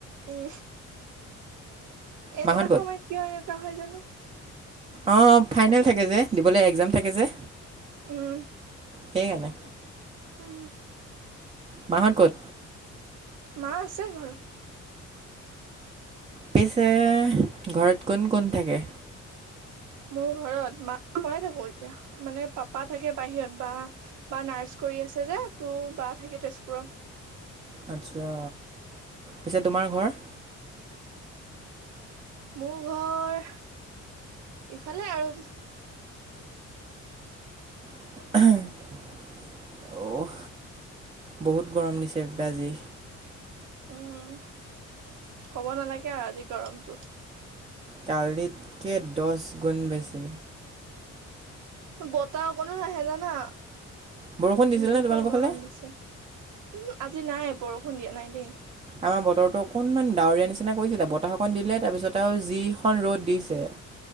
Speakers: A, on the right; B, on the right.
A: উম এনেকা
B: মাহত
A: সময়ত কিয় এনেকুৱা হয় জানো।
B: অ', ফাইনেল
A: আছে
B: থাকে যে দিবলে একজাম থাকে যে।
A: উম
B: সেইকাৰণে
A: উম
B: মা হত ক'ত?
A: মা আছে ঘৰ
B: পিছে ঘৰত কোন কোন থাকে?
A: মোৰ ঘৰত মা ময়ে থাকো এতিয়া মানে পাপা থাকে বাহিৰত বা বা নাৰ্ছ কৰি আছে যে তো' বা থাকে তেজপুৰত।
B: আচ্ছা পিছে তোমাৰ ঘৰ?
A: মোৰ ঘৰ ইফালে আৰুজ
B: <inaudible> অহ, বহুত গৰম দিছে বেয়া আজি
A: উম, ক'ব নালাগে আও আজি গৰমটো।
B: কালিতকে দশ গুণ বেছি।
A: বতাহ অকণো নাহে জানা।
B: বৰষুণ দিছিলেনে
A: এনেকুৱা
B: তোমালোকৰ
A: গৰম
B: ফালে
A: দিছে। উম আজি নাই, বৰষুণ দিয়া নাই দেই।
B: আমাৰ বতৰটো অকণমান ডাৱৰীয়া নিচিনা কৰিছিলে, বতাহকন দিলে, তাৰপিছত আৰু যিখন ৰ'দ দিছে। <inaudible>